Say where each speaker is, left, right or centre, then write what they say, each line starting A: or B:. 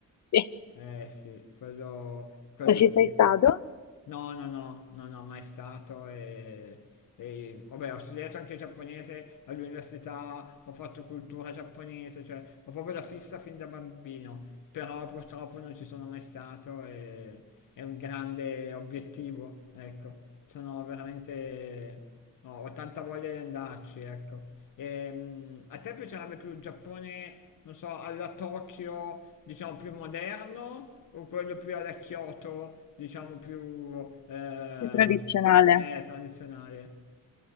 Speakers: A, on the left (about 60°); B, on the left (about 80°).
A: Sì,
B: Eh sì, quello, quello
A: non ci
B: sì.
A: sei stato?
B: No, no, no, no, no, mai stato e, e- vabbè, ho studiato anche giapponese all'università, ho fatto cultura giapponese, cioè ho proprio la fissa fin da bambino, però purtroppo non ci sono mai stato e è un grande obiettivo, ecco, sono veramente, ho ho tanta voglia di andarci, ecco. E, a te piacerebbe più il Giappone non so, alla Tokyo, diciamo, più moderno o quello più alla Kyoto, diciamo, più eh,
A: Più tradizionale.
B: eh, tradizionale?